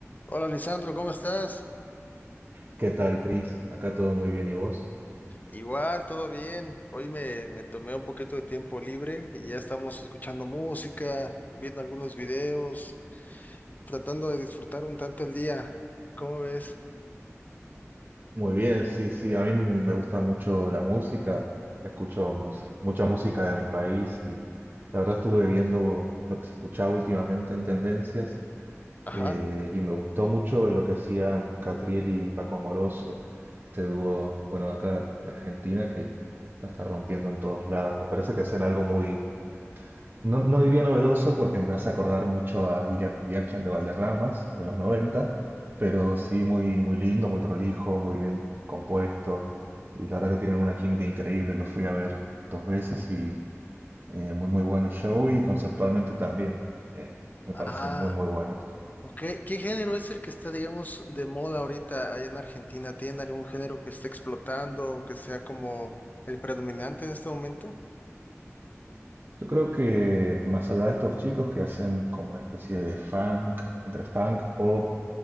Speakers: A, on the left; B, on the right.
A: Hola, Lisandro, ¿cómo estás?
B: ¿Qué tal, Chris? Acá todo muy bien, ¿y vos?
A: Igual, todo bien. Hoy me, me tomé un poquito de tiempo libre y ya estamos escuchando música, viendo algunos videos, tratando de disfrutar un tanto el día. ¿Cómo ves?
B: Muy bien, sí, sí, a mí me gusta mucho la música, escucho musi- mucha música de mi país y la verdad estuve viendo lo que se escuchaba últimamente en tendencias
A: Ajá.
B: eh, y me gustó mucho lo que hacían Catriel y Paco Amoroso, este dúo, bueno, de acá de Argentina que la está rompiendo en todos lados. Me parece que hacen algo muy, No, no diría novedoso porque me hace acordar mucho a Ilya Kuryakin de Valderramas, de los 90, pero sí muy, muy lindo, muy prolijo, muy bien compuesto. Y la verdad que tienen una química increíble, los fui a ver dos veces y eh, muy, muy bueno el show y conceptualmente también. eh, me
A: Ah,
B: parecen muy, muy buenos.
A: ok. ¿Qué género es el que está, digamos, de moda ahorita allá en Argentina? ¿Tiene algún género que esté explotando o que sea como el predominante en este momento?
B: Yo creo que más allá de estos chicos que hacen como una especie de funk, entre funk, pop,